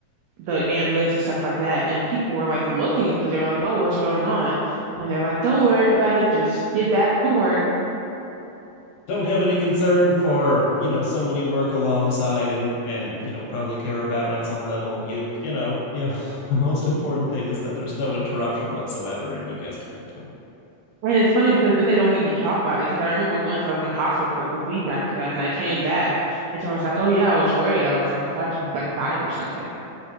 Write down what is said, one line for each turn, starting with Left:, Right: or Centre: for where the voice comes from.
Right: the ambulance and stuff like that. And people were like looking because they were like, oh, what's going on? And they're like, don't worry about it. Just get back to work.
Left: don't have any concern for you know someone you work alongside and and you know probably care about on some level you you know you know <laughs> the most important thing is that there's no interruption whatsoever and you guys get back to work
Right: And it's funny because then they don't even talk about it. Because I remember once I was in the hospital for like a week after that and I came back. And someone was like, oh, yeah, I was worried. I was like, I thought you like died or something.